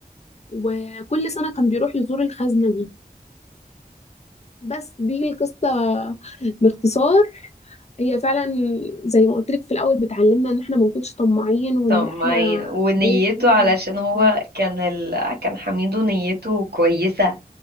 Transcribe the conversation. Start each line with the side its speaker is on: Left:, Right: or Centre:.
Left: وكل سنة كان بيروح يزور الخزنة دي بس دي القصة باختصار هي فعلا زي ما قلت لك في الأول بتعلمنا إن احنا ما نكونش طماعين وإن
Right: طب ما
Left: احنا
Right: ي- ونيته
Left: دايما
Right: علشان هو
Left: آه،
Right: كان ال... كان حميدو نيته كويسة